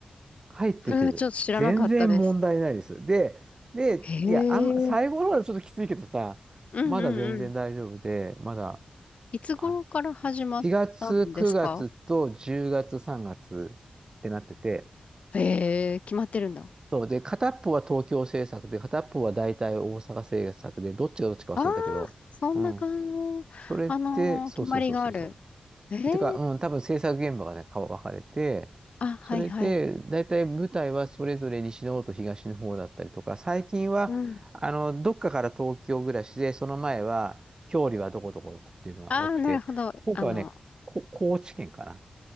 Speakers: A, on the right; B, on the left.
A: 入ってきる。
B: それはちょっと知らなかったです。
A: 全然問題ないです。で、で、
B: へえ。
A: いや、あんま、最後の方はちょっときついけどさ、
B: うんうんうん。
A: まだ全然大丈夫で、まだ、
B: いつ頃から始まったんですか
A: あ4月、9月と10月、3月ってなってて、
B: へえ、決まってるんだ。
A: そうで、片っぽは東京政策で、片っぽは大体大阪政策で、どっちがどっちか忘れたけど、
B: ああ、そんな感じ。
A: うん。それって、
B: あのー決まりがある。
A: そうそうそうそうそ
B: ええ
A: う。てか、うん、多分制作現場がね、か分かれて、
B: あ、
A: それで、
B: はいはい。
A: 大体舞台はそれぞれ西の方と東の方だったりとか、最近は、
B: うん。
A: あの、どっかから東京暮らしで、その前は、郷里はどこどことかっていうのが多くて、
B: ああ、なるほど。
A: 今回はね、
B: あの、
A: こ、高知県かな。